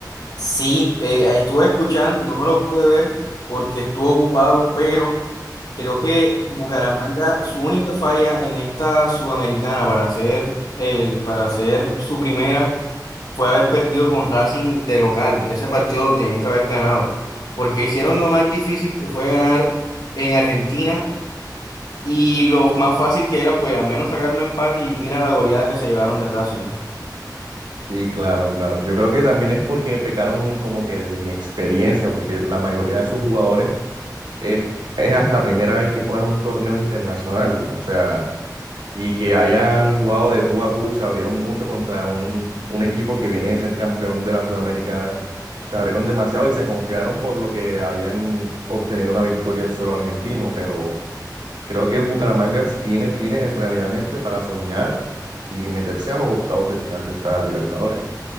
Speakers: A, on the left; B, on the right.
A: Sí, eh, estuve escuchando, no me lo pude ver porque estuve ocupado, pero Creo que Bucaramanga, su única falla en esta Sudamericana para hacer, el, para hacer su primera fue haber perdido con Racing de local. Ese partido lo tenían que haber ganado, porque hicieron lo más difícil que fue ganar en Argentina y lo más fácil que era, pues al menos sacar un empate y mira la goleada que se llevaron de Racing.
B: Sí, claro, claro. Yo creo que también es porque pecaron como que de inexperiencia, porque la mayoría de sus jugadores es, es hasta primera vez que juegan un torneo internacional, ¿no? O sea, y que hayan jugado de tú a tú, se abrieron mucho contra un, un equipo que viene de ser campeón de la Sudamericana. Se abrieron demasiado y se confiaron por lo que habían obtenido una victoria en suelo argentino, pero creo que el Bucaramanga tiene, tiene realmente para soñar y meterse a los octavos de final de esta Libertadores.